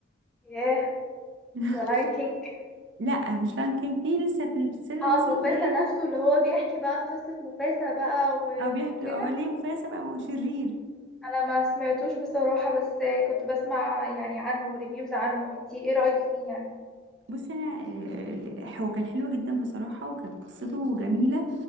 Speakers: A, in the centre; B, on the right.
A: ياه
B: <laughs>
A: ذا لاين كينج
B: لا مش لان كان في لسه في السينما
A: اه
B: نزل
A: موفاسا
B: قريب
A: نفسه اللي هو بيحكي بقى قصه موفاسا بقى و-
B: او بيحكي
A: وكده
B: اه ليه مفاسا بقى شرير
A: انا ما سمعتوش بصراحة بس كنت بسمع يعني عنه ريفيوز عنه انتي ايه رأيك فيه يعني
B: بصي انا آه، آه، هو كان حلو جدا بصراحه وكانت قصته جميله